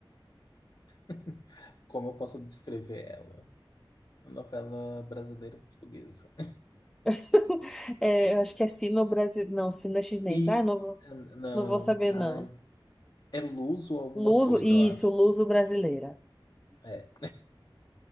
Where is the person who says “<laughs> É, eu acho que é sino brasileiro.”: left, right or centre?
Centre